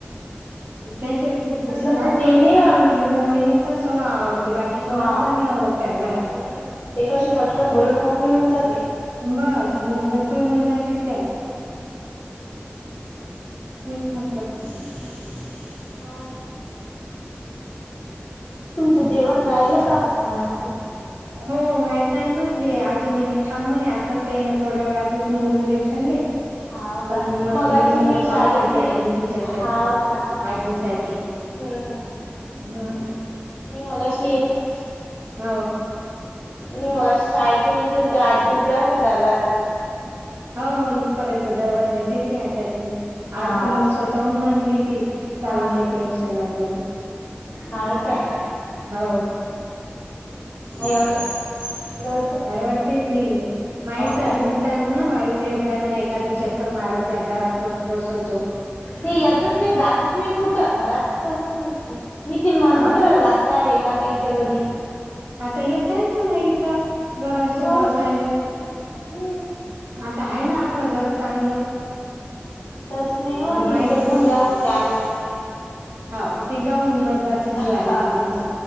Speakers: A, on the right (about 75°); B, on the left (about 60°).
A: त्याच्या स्लॅग
B: होतं ते
A: पटी
B: नाही
A: ना मला लीला वहिनीचा सवभा आवडतो ते बाकी
B: हा
A: कोणाच नाही आवडत त्या
B: हम्म
A: घरात
B: ते कशी फटकन बोलून मोकळी होऊन जाते हा
A: बस मोकळे होऊन जाते
B: हम्म.
A: त्या ख्रिसम
B: हो तुमचं जेवण राहिल का मकवायचं
A: होय आहे ना हे आजी म्हणे थांब म्हणे आता तेन थोड्या वेळाधीच मुरमुरे खाल्ले
B: होा
A: पण
B: का
A: म
B: मग अशी
A: महिमानं
B: मी शाळेतून
A: पावभाजी आणली
B: य
A: तिच्यासाठी
B: हा का हम्म
A: आजीसाठी
B: हम् हम्
A: ह
B: मी मगाशी येतोच
A: हा
B: मी मला शाळेतून येतो ते आजी उभ्या त्या दरवा्याजात
A: हो इथपर्यंत दरवाजा तेेते आता ती
B: हा
A: आज तर म स्वः तन म्हनली ती काचालमने
B: हा
A: पेन्शन आणला
B: हा काय
A: हो
B: एवढ ल
A: यारडती त माहित
B: काय
A: नीताल म्हणा माहित जाय म्हणा एखादी चक्कर मारत जाय घरात नको बसत जाो
B: ते येतच नाही जातच नाही कुठ घरातच बसत नसती मिीथ म्हणतो
A: हो
B: बरं
A: ना
B: रात
A: तर
B: जा र आहे का तिच्या घरी
A: आता येत जाईल मणा इथं जरा अस
B: हो
A: बसायला
B: ना हम्म
A: आता आहे ना आपलं घर चांगलं
B: तस नाही होती
A: आता माई
B: ते
A: तर
B: पुला होून आले होता
A: हा ते गाऊन बदला जीवार
B: हा
A: आहे ते तिच्या